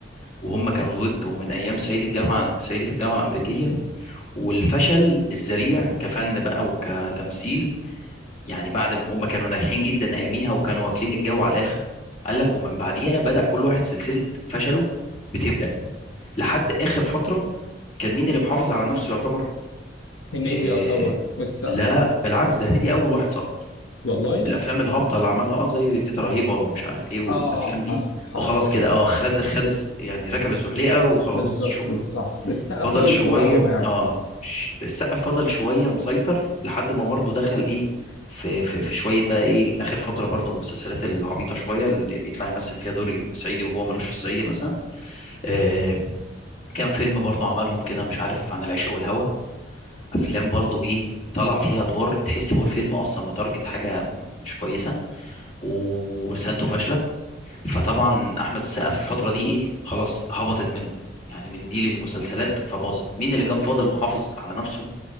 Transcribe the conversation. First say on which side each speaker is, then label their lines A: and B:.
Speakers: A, on the left; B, on the left.
A: وهم كانوا دويتو من ايام صعيدي الجامعه صعيدي في الجامعه الامريكيه والفشل الذريع كفن بقى وكتمثيل يعني بعد ما هم كانوا ناجحين جدا اياميها وكانوا واكلين الجو على الاخر قال لك ومن بعديها بدأ كل واحد سلسلة فشله بتبدأ لحد اخر فترة كان مين اللي محافظ على نفسه يعتبر
B: هنيدي
A: إيه
B: يعتبر والسقا
A: لا بالعكس ده هنيدي اول واحد سقط
B: والله
A: بالافلام الهابطة اللي عملها اه زي تيتا رهيبة ومش عارف ايه والافلام
B: اه اه
A: دي
B: حصل حصل
A: وخلاص كده
B: فعلا
A: اه خد خد يعني ركب الزحليقة وخلاص
B: بالظبط
A: شكرا
B: بالظبط السقا
A: فضل
B: فضل
A: شوية
B: زي ما هو يعني
A: اه ش- السقا فضل شوية مسيطر لحد ما برضه دخل ايه في في في شوية بقى ايه اخر فترة برضه المسلسلات العبيطة شوية اللي بيطلع يمثل فيها دور صعيدي وهو ملوش في الصعيدي مثلا آه كام فيلم برضه عملهم كده مش عارف عن العشق والهوى افلام برضه ايه طلع فيها ادوار تحس هو الفيلم اصلا متارجت حاجة مش كويسة ورسالته فاشلة فطبعا احمد السقا في الفترة دي ايه خلاص هبطت منه يعني من دي للمسلسلات فباظت مين اللي كان فاضل محافظ على نفسه